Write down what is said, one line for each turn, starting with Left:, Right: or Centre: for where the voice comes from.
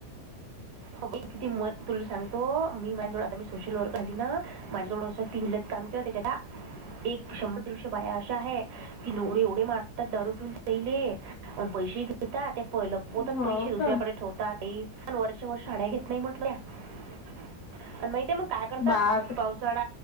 Right: किती मत तुला सांगतो मी माझ्याजवळ आता मी सोशल वर्क आली ना माझ्याजवळं असं तीन जग काम ज्योतेजदा <unintelligible> एक शंभर दीडशे बाया अशा आहे की नवरे एवढे मारतात दारू पिऊन राहिले. पण पैसे घेतात ते प लपवतात
Left: हो
Right: पैसे दुसऱ्याकडे
Left: का?
Right: ठेवतात ते पण वरचे वर साडया घेतात. नाही म्हटलं माहिेत मग काय करतात
Left: बाप
Right: पास सड